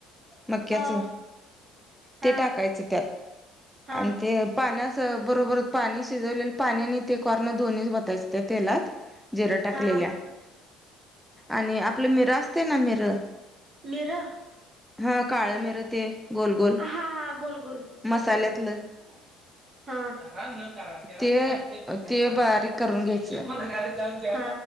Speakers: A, in the centre; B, on the right.
A: मागक्याचं
B: हा हा
A: ते टाकायचे त्यात
B: हा
A: आणि ते पाण्यास बरोबरच पाणी शिजवलेलं पाणी आणि ते कॉनर दोन्च बयच त्या तेलात जिरा टाकलेल्या
B: हा हम्म
A: आणि आपलं मिरा असते ना मरं
B: मरा
A: हा काळ मेर ते गोल गोल
B: हा हा गोल गोल
A: मसाल्यातलं
B: करतो फोन मी कर मॅड हा करा त्याला
A: ते
B: मी माहिती मी काही
A: ते
B: करणार
A: बारीक करून घ्यायचं
B: त्या मला जा्या